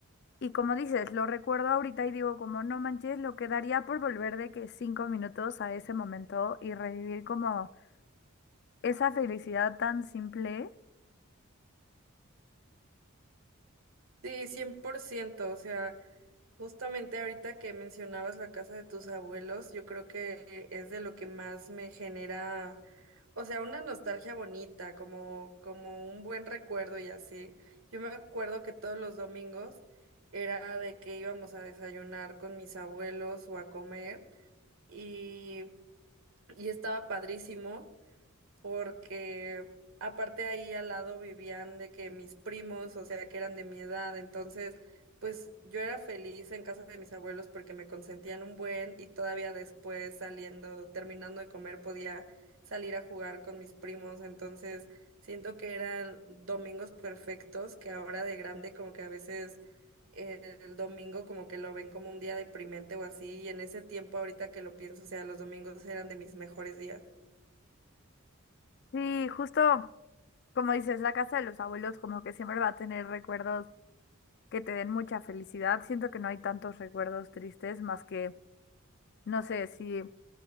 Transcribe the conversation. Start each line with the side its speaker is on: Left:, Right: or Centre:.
Left: y como dices, lo recuerdo ahorita y digo, como no manches, lo que daría por volver de que cinco minutos a ese momento y revivir como esa felicidad tan simple.
Right: Sí, 100%. o sea... Justamente ahorita que mencionabas la casa de tus abuelos, yo creo que es de lo que más me genera, o sea, una nostalgia bonita, como, como un buen recuerdo y así. Yo me acuerdo que todos los domingos era de que íbamos a desayunar con mis abuelos o a comer y, y estaba padrísimo porque aparte ahí al lado vivían de que mis primos, o sea, que eran de mi edad, entonces, pues yo era feliz en casa de mis abuelos porque me consentían un buen y todavía después saliendo, terminando de comer, podía salir a jugar con mis primos, entonces siento que eran domingos perfectos que ahora de grande como que a veces eh, el domingo como que lo ven como un día deprimente o así y en ese tiempo ahorita que lo pienso, o sea, los domingos eran de mis mejores días.
Left: Sí, justo como dices, la casa de los abuelos como que siempre va a tener recuerdos que te den mucha felicidad. Siento que no hay tantos recuerdos tristes más que, no sé, si